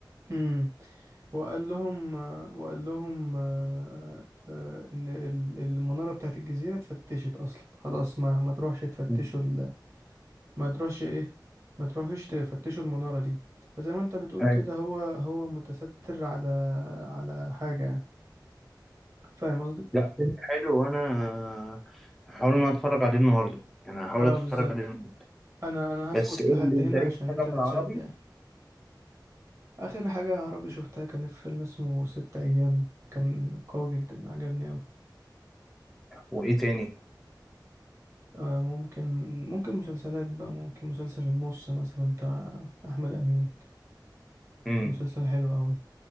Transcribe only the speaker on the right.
امم وقال لهم وقال لهم آه، آه، ان ال- المناره بتاعت الجزيره اتفتشت اصلا خلاص ما ما تروحش تفتشوا
ال... ما تروحش ايه ما تروحش تفتشوا المناره دي فزي ما انت بتقول
كده هو هو متستر على على حاجه يعني فاهم قصدي
اه
بالظبط
انا انا
هسكت
لحد
هنا
عشان
انت تتشد
يعني اخر حاجه عربي شفتها كانت في فيلم اسمه ست ايام كان قوي جدا عجبني أوي
آه، ممكن ممكن مسلسلات بقى ممكن مسلسل النص مثلا بتاع احمد امين
مسلسل حلو قوي